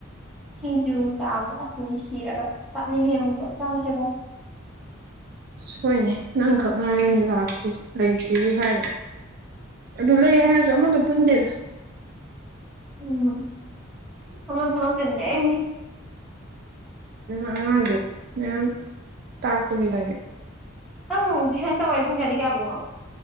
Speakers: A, in the centre; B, on the right.
A: ꯁꯤꯡꯖꯨ ꯇꯥꯕꯗꯣ ꯑꯅꯨꯡ ꯁꯤꯔꯒ ꯆꯅꯦ ꯆꯥꯁꯦꯒ
B: ꯁꯣꯏꯅꯦ ꯅꯪꯈꯛ ꯉꯥꯏꯔꯤꯅꯦ ꯂꯥꯛꯇꯔꯤ ꯂꯩꯇ꯭ꯔꯤ ꯍꯥꯏꯅ ꯑꯗꯨ ꯂꯣꯍꯤ ꯌꯥꯁꯨ ꯃꯗꯨ ꯄꯨꯟꯗꯦꯗ
A: ꯎꯝ ꯑꯃ ꯊꯃꯛ ꯆ ꯂꯩꯅꯤ
B: ꯑꯉꯥꯡꯒꯤ ꯃꯌꯥꯝ ꯇꯥꯛꯄꯒꯤ ꯂꯦ
A: ꯑꯪ ꯁꯥꯅ ꯇꯧꯋꯥꯥꯏꯦ ꯀꯨꯡ ꯀꯗꯤ ꯀꯌꯥꯕꯧꯅꯣ